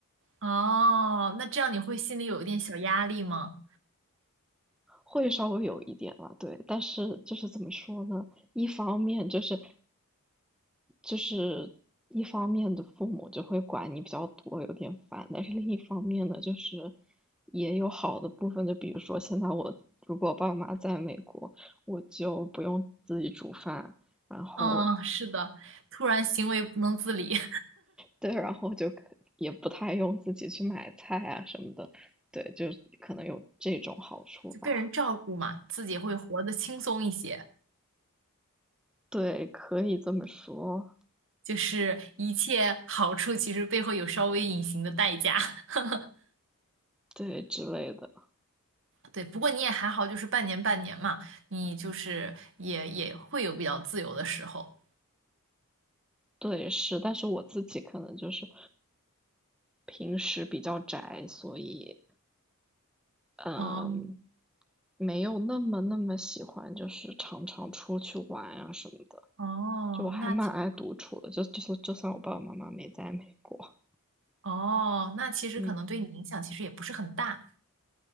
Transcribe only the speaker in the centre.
会稍微有一点啊，对。但是就是怎么说呢？一方面就是就是一方面的父母就会管你比较多，有点烦，但是另一方面呢，就是也有好的部分，就比如说现在我如果爸妈在美国，我就不用自己煮饭，然后
对，然后就可也不太用自己去买菜啊什么的，对，就可能有这种好处吧，
对，可以这么说，
对之类的，
对，是，但是我自己可能就是平时比较宅，所以。呃，
没有那么那么喜欢，就是常常出去玩啊什么的。
就我还蛮爱独处的，
就就是就算我爸爸妈妈没在美国，
嗯，